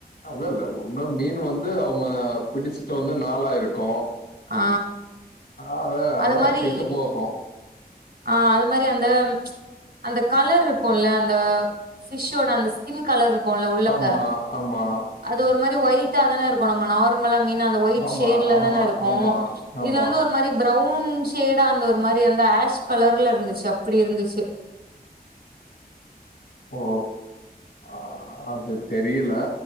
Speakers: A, on the left; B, on the right.
A: அதுல்ல ஒன்னு மீனு வந்து அவுங்க பிடிச்சிட்டு வந்து நாளாயிருக்கு
B: ஆ
A: அதா அதா
B: அது மாரி
A: கெட்டு போகு
B: ஆ அது மாரி அந்த அந்த கலர் இருக்குல்ல அந்த ஃபிஷ்ளோட அந்த ஸ்கின் கலர் இருக்குல்ல உள்ளக்க
A: ஆமா ஆமா
B: அது ஒரு மாரி ஒயிட்டா தானே இருக்கு இப்ப நம்ம நார்மலா மீன் அந்த ஒயிட்
A: ஆமா
B: ஷேட்ல
A: ஆமா
B: தானே இருக்கு
A: ஆமா ஆமா
B: இதுல வந்து ஒரு மாரி ப்ரவுன் ஷேடா அந்த ஒரு மாரி அந்த ஆஷ் கலர்ல இருந்துச்சி அப்டி இருந்துச்சி
A: ஓ ஆ அது தெரியல